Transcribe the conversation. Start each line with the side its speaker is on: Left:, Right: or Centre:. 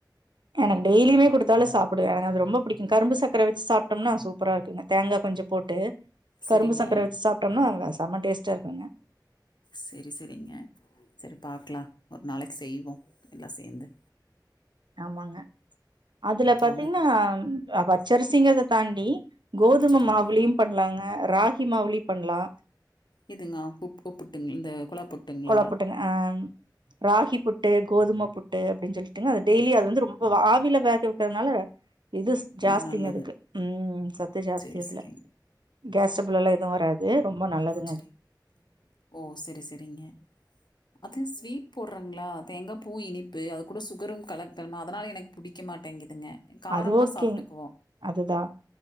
Right: எனக் டெய்லியுமே குடுத்தாலு சாப்புடுவ எனக் அது ரொம்ப புடிக்கு கரும்பு சக்கர வச்சு சாப்ட்டம்னா சூப்பரா இருக்குங்க தேங்கா கொஞ்ச போட்டு
Left: சரிங்க
Right: கரும்பு சக்கர வச்சு சாப் டோனா அவ சம டேஸ்ட்டா இருக்குங்க
Left: செரி செரிங்க சரி பாக்லா ஒரு நாளைக் செய்வோ எல்லா சேந்து
Right: ஆமாங்க அதுல பாத்தீங்
Left: அவங்க
Right: னா பச்சரிசிங்கிற்த தாண்டி கோதுமை
Left: சரிங்க
Right: மாவுலியு பண்லாங்க ராகி மாவு லியு பண்லா
Left: எதுங்கா ஃபுக் ஒ புட்டுங் இந்த கொழா புட்டுங்ளா
Right: கொழ புட்டுங்க ஆ ராகி புட்டு கோதுமை புட் டு அப்டின் சொல்லிட்டீங்க அ டெய்லி அத வந்து ரொம்ப ஆவில வேக விட்டத்னால இதுஸ்
Left: ரொம்ப
Right: ஜாஸ்திங்க
Left: நல்லது
Right: அதுக்கு ம் சத்து ஜாஸ்தி
Left: சரி
Right: அதுல
Left: சரிங்க
Right: கேஸ் ஸ்புல் எல்லா எது வராது ரொம்ப நல்லது
Left: செரி ஓ செரி செரிங்க அது ஸ்வீட் போற்ற ட்றங்ளா தேங்கா பூ இனிப்பு அது கூட சுகரு கலக்குறமா அதனால் எனக் புடிக்க மாட்டேங்கிதுங்க காரம்னா
Right: அது ஓகேங்க
Left: சாப்ட்டுக்குவோ
Right: அதுதா